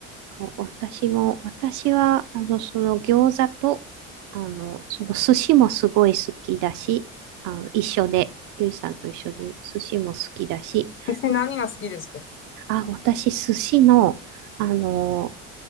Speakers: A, on the right (about 65°); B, on the left (about 40°).
A: か私も、私は、あの、その餃子と、あの、その寿司もすごい好きだし、あの、一緒で、ゆいさんと一緒で寿司も好きだし、
B: 私何が好きですか
A: あ、私寿司の、あの、